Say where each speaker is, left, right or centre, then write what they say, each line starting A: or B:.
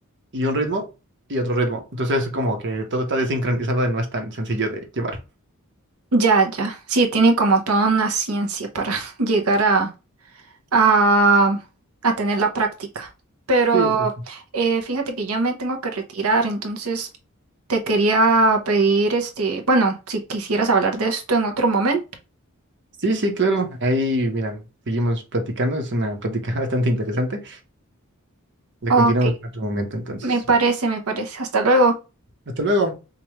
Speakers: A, on the right (about 55°); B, on the right (about 80°).
A: y un ritmo y otro ritmo. Entonces, como que todo está desincronizado y no es tan sencillo de llevar.
B: Ya, ya. Sí, tiene como toda una ciencia para <laughs> llegar a a, a tener la práctica. Pero
A: Sí, sí, sí.
B: eh, fíjate que ya me tengo que retirar, entonces te quería pedir, este, bueno, si quisieras hablar de esto en otro momento.
A: Sí, sí, claro. Ahí, miran, seguimos platicando. Es una plática <laughs> bastante interesante. La
B: Ok,
A: continuamos en otro momento, entonces.
B: me parece, me parece. Hasta luego.
A: Hasta luego.